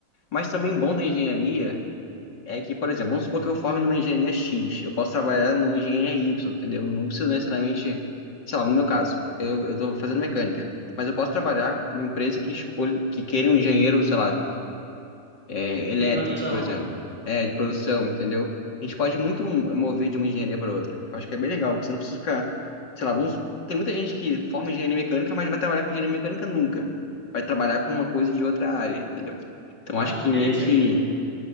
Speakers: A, on the left; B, in the centre.
A: Mas também o bom da engenharia. É que, por exemplo, vamos supor que eu forme numa engenharia X, eu posso trabalhar numa engenharia Y, entendeu? Não preciso necessariamente, sei lá, no meu caso, eu, eu tô fazendo mecânica, mas eu posso trabalhar com uma empresa que escolhe que queira um engenheiro, sei lá, é, elétrico,
B: de produção.
A: por exemplo, é, de produção, entendeu? A gente pode muito mover de uma engenharia para outra, que eu acho que é bem legal, porque você não precisa ficar, sei lá, vamos, tem muita gente que forma engenharia mecânica, mas não vai trabalhar com engenharia mecânica nunca, vai trabalhar com uma coisa de outra área, entendeu? Então
B: Ah,
A: acho
B: que
A: que
B: interessante.
A: meio que